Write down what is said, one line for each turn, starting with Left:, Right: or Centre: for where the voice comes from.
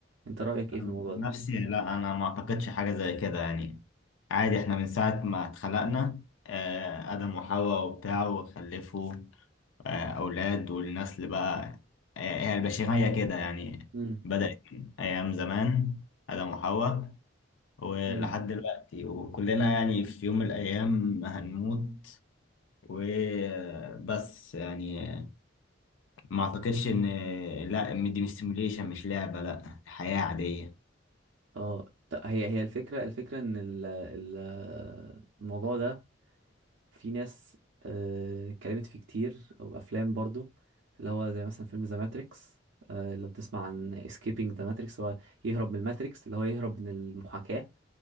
Right: انت رأيك ايه
Left: عن
Right: في الموضوع ده
Left: نفسي لا انا ما اعتقدش حاجة زي كده يعني عادي احنا من ساعة ما اتخلقنا آه، آدم وحواء وبتاع وخلفوا آه، اولاد والنسل بقى آه، هي البشرية كده يعني
Right: امم
Left: بدأت من ايام زمان آدم وحواء ولحد
Right: امم
Left: دلوقتي وكلنا يعني في يوم من الايام هنموت وبس يعني ما اعتقدش ان لا إن دي مش سيموليشن مش لعبة لا حياة عادية
Right: اه ط- هي هي الفكرة الفكرة ان ال- ال- الموضوع ده في ناس آه، اتكلمت فيه كتير او افلام برضو اللي هو زي مثلا فيلم ذا ماتريكس لو بتسمع عن اسكيبينج ذا ماتريكس هو يهرب من الماتريكس اللي هو يهرب من المحاكاة